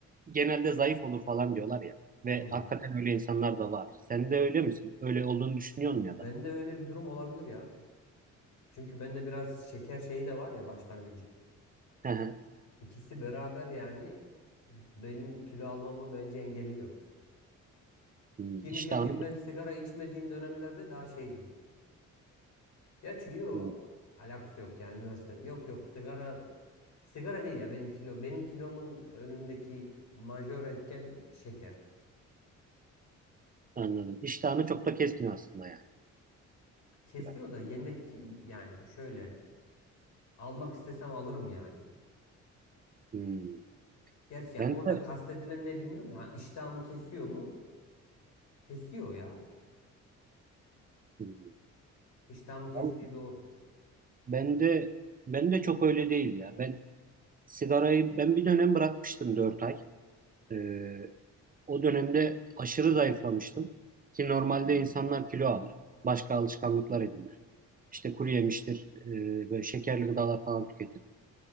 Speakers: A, on the right; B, on the left.
A: genelde zayıf olur falan diyorlar ya ve
B: Hmm.
A: hakikaten öyle insanlar da var. Sen de öyle misin? Öyle olduğunu düşünüyor musun ya
B: Ben
A: da?
B: de öyle bir durum olabilir ya. Çünkü bende biraz şeker şeyi de var ya başlangıcı.
A: Hı hı.
B: İkisi beraber yani benim kilo almamı bence engelliyor.
A: Hmm.
B: Ki
A: İştahını
B: nitekim ben sigara içmediğim dönemlerde daha şeydim. Gerçi yo
A: hmm.
B: alakası yok yani üniversitenin. Yok yok sigara sigara değil ya benim kilo benim kilomun önündeki majör etken şeker.
A: Anladım. İştahını çok da kesmiyor aslında yani
B: Kesiyor
A: sigara.
B: da yemek yani şöyle almak istesem alırım yani.
A: Hmm.
B: Gerçi yani
A: Ben
B: orada
A: de
B: kastedilen ne bilmiyorum da ha, iştahımı kesiyor mu? Kesiyor ya.
A: hmm.
B: İştahımı kestiği
A: Vallahi
B: doğru.
A: ben de ben de çok öyle değil ya. Ben sigarayı ben bir dönem bırakmıştım 4 ay. Ee, O dönemde aşırı zayıflamıştım ki normalde insanlar kilo alır. Başka alışkanlıklar edinir. İşte kuru yemiştir, e, böyle şekerli gıdalar falan tüketir.